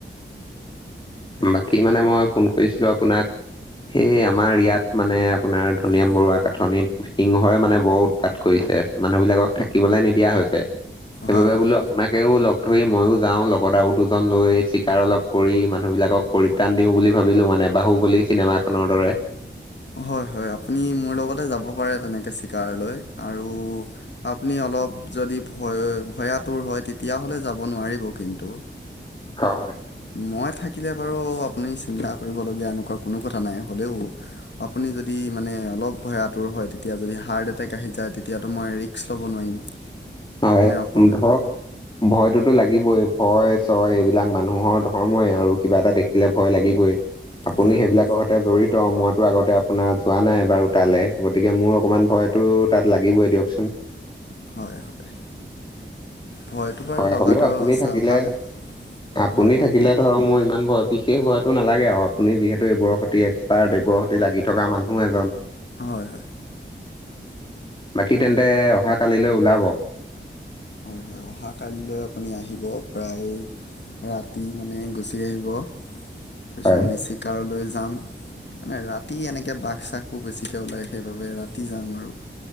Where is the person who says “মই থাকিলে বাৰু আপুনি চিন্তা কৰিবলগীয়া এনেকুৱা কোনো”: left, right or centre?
Left